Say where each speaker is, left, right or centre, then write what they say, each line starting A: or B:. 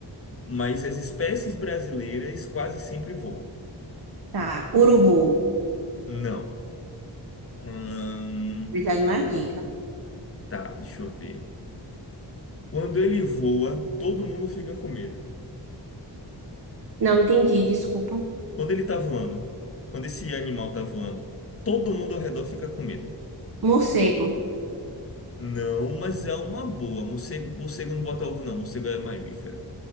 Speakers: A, on the left; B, on the right.
A: Mas as espécies brasileiras quase sempre voam.
B: Tá, urubu.
A: Não. Hum,
B: Precisa de mais dica.
A: tá, deixa eu ver. Quando ele voa, todo mundo fica com medo.
B: Não entendi, desculpa.
A: Quando ele tá voando, quando esse animal tá voando, todo mundo ao redor fica com medo.
B: Morcego.
A: Não, mas é uma boa. Morcego, morcego não bota ovo, não. Morcego é mamífero.